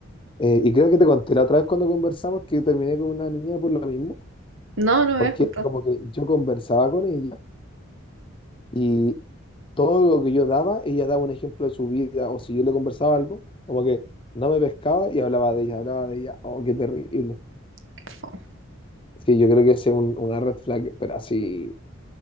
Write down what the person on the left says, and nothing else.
eh, y creo que te conté la otra vez cuando conversamos que terminé con una niña por lo mismo,
porque
era como que yo conversaba con ella y todo lo que yo daba, ella daba un ejemplo de su vida, o si yo le conversaba algo, como que no me pescaba y hablaba de ella, hablaba de ella. Oh, qué terrible.
Sí, yo creo que ese es un- una red flag, pero así